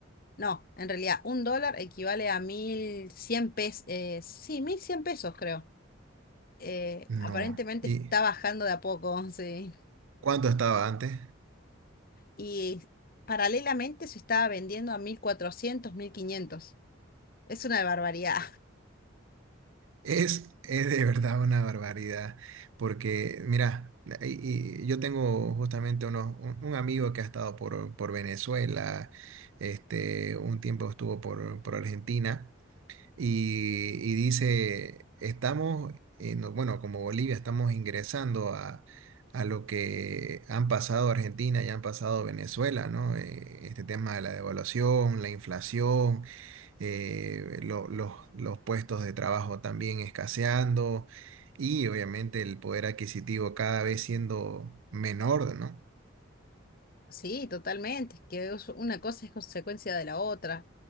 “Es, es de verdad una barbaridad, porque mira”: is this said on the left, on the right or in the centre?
Right